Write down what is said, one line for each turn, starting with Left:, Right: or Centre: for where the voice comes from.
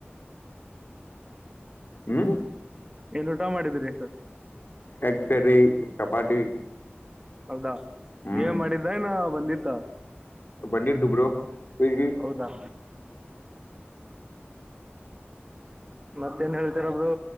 Left: ಹ್ಮ
Right: ಏನ್ ಊಟ ಮಾಡಿದ್ರಿ ಸ
Left: ಎಗ್ ಕರಿ ಚಪಾತಿ
Right: ಹೌದಾ
Left: ಹ್ಮ್
Right: ನೀವೇ ಮಾಡಿದ್ದ ಏನ ಬಂದಿತ್ತ.
Left: ಬಂದಿದ್ದು ಬ್ರೋ ಪಿಜಿ.
Right: ಹೌದಾ ಮತ್ತೇಏನ್ ಹೇಳ್ತೀರ ಬ್ರೋ.